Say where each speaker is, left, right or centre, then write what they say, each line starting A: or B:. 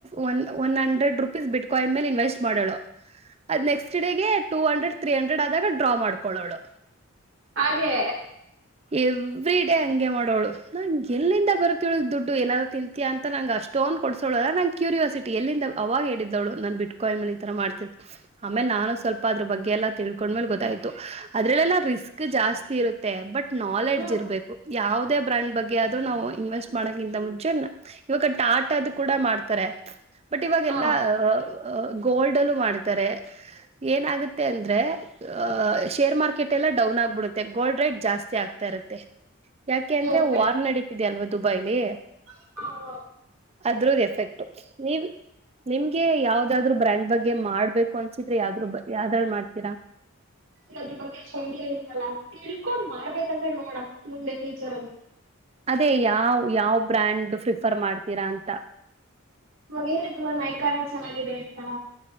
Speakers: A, on the right (about 30°); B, on the right (about 65°).
A: ಒ one hundred rupees bitcoin ಮೇಲೆ ಇನ್ವೆಸ್ಟ್ ಮಾಡೋಳು ಅದ್ next day two hundred three hundred ಆದಾಗ ಡ್ರಾ ಮಾಡ್ಕೊಳ್ಳೋಳು
B: ಹಾಗೆ
A: ಎವ್ರಿ ಡೇ ಹಂಗೆ ಮಾಡೋಳು ನಂ ಎಲ್ಲಿಂದ ಬರುತ್ ಇವ್ಳಿಗ್ ದುಡ್ಡು ಏನಾದ್ರು ತಿಂತಿಯ ಅಂತ ನಂ ಅಷ್ಟೊನ್ ಕೊಡ್ಸೋಳು ಅಲ್ಲ ನಂಗ್ ಕ್ಯೂರಿಯಾಸಿಟಿ ಎಲ್ಲಿಂದ ಅವಾಗ ಹೇಳಿದ್ದವಳು ನಾನ್ ಬಿಟ್ಕೋಯಿನ್ ಮೇಲೆ ಈ ತರ ಮಾಡ್ತಿದ್ದ್ ಆಮೇಲೆ ನಾನು ಸ್ವಲ್ಪ ಅದ್ರ ಬಗ್ಗೆಲ್ಲ ತಿಳ್ಕೊಂಡ್ಮೇಲೆ ಗೊತ್ತಾಯ್ತು ಅದ್ರಲ್ಲೆಲ್ಲಾ ರಿಸ್ಕ್ ಜಾಸ್ತಿ ಇರುತ್ತೆ ಬಟ್ ನಾಲೆಡ್ಜ್
B: ಹ್ಮ್
A: ಇರ್ಬೇಕು ಯಾವದೇ ಬ್ರಾಂಡ್ ಬಗ್ಗೆ ಆದ್ರೂ ನಾವು ಇನ್ವೆಸ್ಟ್ ಮಾಡಕ್ಕಿಂತ ಮುಂಚೆ ಇವಾಗ ಟಾಟದು ಕೂಡ ಮಾಡ್ತಾರೆ ಬಟ್ ಇವಾಗೆಲ್ಲಹ್
B: ಹಾ
A: ಹ್ ಗೋಲ್ಡ್ಲ್ಲೂ ಮಾಡ್ತಾರೆ ಏನಾಗುತ್ತೆ ಅಂದ್ರೆ ಅಹ ಶೇರ್ ಮಾರ್ಕೆಟ್ ಎಲ್ಲ ಡೌನ್ ಆಗ್ಬಿಡುತ್ತೆ ಗೋಲ್ಡ್ ರೇಟ್ ಜಾಸ್ತಿ ಆಗ್ತಾ ಇರುತ್ತೆ ಯಾಕೆ ಅಂದ್ರೆ
B: ಸೂಪರ್
A: ವಾರ್ ನಡಿತ್ ಲ್ವದು ದುಬೈಲಿ
B: ಹ
A: ಅದ್ರದ ಎಫೆಕ್ಟ್ ನೀವ ನಿಮ್ಗೆ ಯಾವ್ದಾದ್ರು ಬ್ರ್ಯಾಂಡ್ ಬಗ್ಗೆ ಮಾಡ್ಬೇಕು ಅನ್ಸಿದ್ರೆ ಯಾವ ಯಾವ್ದ್ರಲ್ ಮಾಡ್ತೀರಾ
B: ನನ್ ಬಗ್ಗೆ <unintelligible> ಕಲ್ಕೊಂಡ್ ಮಾಡ್ಬೇಕಂದ ಹೇಳಿ ನೋಡ ಮುಂದೆ ಫ್ಯೂಚರ್ ಅಲ್ಲಿ
A: ಅದೇ ಯಾವ ಯಾವ ಬ್ರ್ಯಾಂಡ್ ಪ್ರಿಫರ್ ಮಾಡ್ ಸೀರಾಂತ
B: ಅವಾಗ್ ಹೇಳಿದ್ರ್ ನೈಕಾನೆ ಚೆನ್ನಾಗಿದೆ ಅಂತ